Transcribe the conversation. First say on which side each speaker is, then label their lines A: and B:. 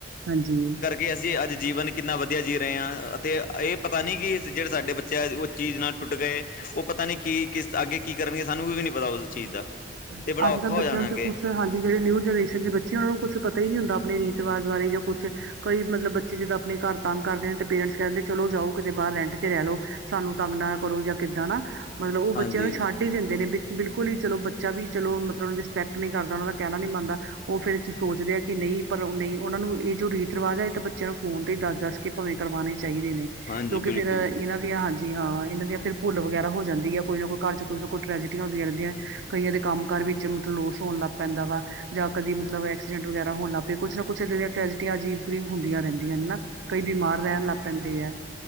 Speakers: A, on the right; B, on the left.
A: ਹਾਂਜੀ
B: ਕਿ ਅਸੀਂ ਅੱਜ ਜੀਵਨ ਕਿੰਨਾ ਵਧੀਆ ਜੀਅ ਰਹੇ ਹਾਂ ਅਤੇ ਇਹ ਪਤਾ ਨਹੀਂ ਕਿ ਜਿਹੜੇ ਸਾਡੇ ਬੱਚਾ ਉਹ ਚੀਜ਼ ਨਾਲ ਟੁੱਟ ਗਏ ਉਹ ਪਤਾ ਨੀ ਕੀ ਕਿਸ ਅੱਗੇ ਕੀ ਕਰਨਗੇ ਸਾਨੂੰ ਵੀ ਨੀ ਪਤਾ ਉਸ ਚੀਜ਼ ਦਾ
A: ਹਾਂਜੀ
B: ਤੇ ਬੜਾ
A: ਅੱਜ
B: ਔਖਾ
A: ਕੱਲ੍ਹ ਬੱਚਿਆਂ
B: ਹੋ ਜਾਣਾ
A: ਨੂੰ
B: ਅੱਗੇ
A: ਤੇ ਕੁਛ ਹਾਂਜੀ ਜਿਹੜੇ ਨਿਊ ਜਨਰੇਸ਼ਨ ਦੇ ਬੱਚੇ ਇੱਥੇ ਉਹਨਾਂ ਨੂੰ ਕੁੱਛ ਪਤਾ ਹੀ ਨਹੀਂ ਹੁੰਦਾ ਆਪਣੇ ਰੀਤ ਰਿਵਾਜ ਬਾਰੇ ਜਾਂ ਕੁਛ ਕੋਈ ਮਤਲਬ ਬੱਚੇ ਜਿੱਦਾਂ ਆਪਣੇ ਘਰ ਤਂਗ ਕਰਦੇ ਨੇ ਤੇ ਪੇਰੈਂਟਸ ਕਹਿੰਦੇ ਚਲੋ ਜਾਓ ਕਿਤੇ ਬਾਹਰ ਰੈਂਟ ਤੇ ਰਹਿ ਲਓ ਸਾਨੂੰ ਤੰਗ ਨਾ ਕਰੋ ਜਾਂ ਕਿੱਦਾਂ ਨਾ ਮਤਲਬ ਉਹ ਬੱਚਿਆਂ
B: ਹਾਂਜੀ
A: ਨੂੰ ਛੱਡ ਹੀ ਦਿੰਦੇ ਨੇ ਬਿਲਕੁਲ ਹੀ ਚਲੋ ਬੱਚਾ ਵੀ ਚਲੋ ਮਤਲਬ ਰਿਸਪੈਕਟ ਨਹੀਂ ਕਰਦਾ ਉਹਨਾਂ ਦਾ ਕਹਿਣਾ ਨਹੀਂ ਮੰਨਦਾ ਉਹ ਫਿਰ ਸੋਚਦੇ ਆ ਕਿ ਨਹੀਂ ਪਰ ਨਹੀਂ ਉਹਨਾਂ ਨੂੰ ਇਹ ਜੋ ਰੀਤ ਰਿਵਾਜ਼ ਹੈ ਇਹ ਬੱਚਿਆਂ ਨੂੰ ਫੋਨ ਤੇ ਹੀ ਦੱਸਦਾ ਭਾਵੇਂ ਕਰਵਾਣੇ ਚਾਹੀਦੇ ਨੇ
B: ਹਾਂਜੀ
A: ਕਿਉਂਕਿ ਫੇਰ
B: ਬਿਲਕੁਲ
A: ਇਹਨਾਂ ਦੀਆਂ ਹਾਂਜੀ ਜੀ ਹਾਂ ਇਹਨਾਂ ਦੀ ਫਿਰ ਭੁੱਲ ਵਗੈਰਾ ਹੋ ਜਾਂਦੀ ਹੈ ਕੋਈ ਨਾ ਕੋਈ ਘਰ ਚ ਕੁਈ ਨਾ ਕੋਈ ਟਰੈਜਿਟੀਆਂ ਹੁੰਦੀਆਂ ਰਹਿੰਦੀਆਂ ਕਈਆਂ ਦੇ ਕੰਮ ਕਾਰ ਵਿੱਚ ਮਤਲਬ ਲੋਸ ਹੋਣ ਲੱਗ ਪੈਂਦਾ ਵਾ ਜਾਂ ਕਦੀ ਮਤਲਬ ਐਕਸੀਡੈਂਟ ਵਗੈਰਾ ਹੋਣੱਗ ਪਏ ਕੁਛ ਨਾ ਕੁਛ ਇਹਿਆਂ ਟ੍ਰੈਜਿਟੀਆਂ ਅਜੀਬ ਗਰੀਬ ਹੁੰਆਂ ਰਹਿੰਦੀਆਂ ਹਨਾ ਕਈ ਬਿਮਾਰ ਰਹਿਣ ਲੱਗ ਪੈਂਦੇ ਹੈ।